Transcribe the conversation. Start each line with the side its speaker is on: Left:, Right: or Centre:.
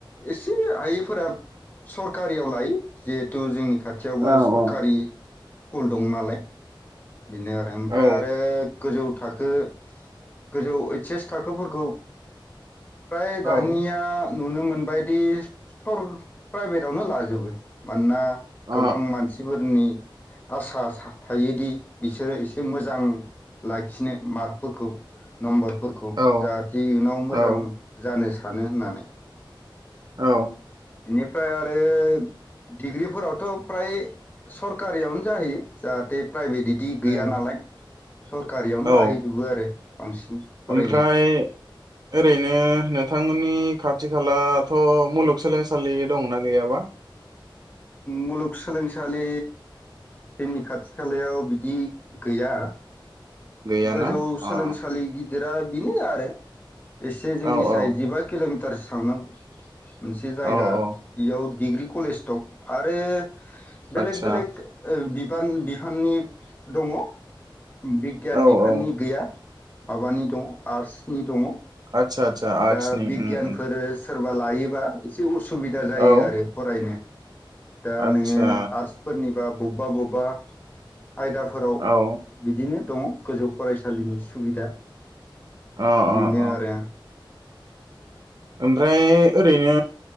Left: एसे हायैफोरा सरकारियाव लायो जिहेथु जोंनि खाथियावबो
Right: अ औ
Left: सरखारि स्कुल दं नालाय बेनो आरो ओमफ्राय
Right: औ
Left: आरो गोजौ थाखो गो गोजौ से थाखोफोरखौ फ्राय
Right: औ
Left: दानिया नुनो मोनबायदि सर प्राइभेटआवनो लाजोबो मानोना
Right: अ
Left: गोबां मानसिफोरनि आसा थायोदि बिसोरो एसे मोजां लाखिनो मार्कफोरखौ नम्बर फोरखौ
Right: औ
Left: जाहाथे इयुनाव मोजां
Right: औ
Left: जानो सान थानो होननानै
Right: औ
Left: बेनिफ्राय आरो डिग्रिफोरावथ' फ्राय सरकारियावनो जाहैयो जाहाथे प्राइभेट बिदि
Right: उम
Left: गैया नालाय सरकारियावनो
Right: औ
Left: लाहैजोबो आरो बांसिन फरायनाया
Right: ओमफ्राय ओरैनो नोंथांमोननि खाथि खालाथ' मुलुगसोलोंसालि दंना गैयाबा
Left: मुलुगसोलोंसालि जोंनि खाथि खालायाव बिदि गैया
Right: गैयाना
Left: गोजौ
Right: अ
Left: सोलोंसालि गिदिर जेरा बेनो आरो एसे जोंनिसाय
Right: औ औ
Left: जिबा किल'मिटार गोथार सांनांगौ मोनसे जायगा
Right: औ औ
Left: इयाव डिग्रि कलेज दं आरो बेलेग
Right: आतसा
Left: बेलेग बि खान बिहाननि दङ। बिगियान
Right: औ
Left: बिफाननि
Right: औ
Left: गैया। माबानि दङ आर्ट्सनि दङ।
Right: आतसा आतसा आर्टसनि
Left: दा बिगियानफोर
Right: ओं ओं।
Left: सोरबा लायोबा एसे उसु सुबिदा जायो
Right: औ
Left: आरो फरायनो। दा
Right: आतसा
Left: नोङो आर्सफोरनि बा बबबा बबबा आयदाफोराव
Right: औ
Left: बिदिनो दङ गोजौ फरायसालिनि सुबिदा।
Right: अ
Left: बिनो
Right: अ
Left: आरो।
Right: ओमफ्राय ओरैनो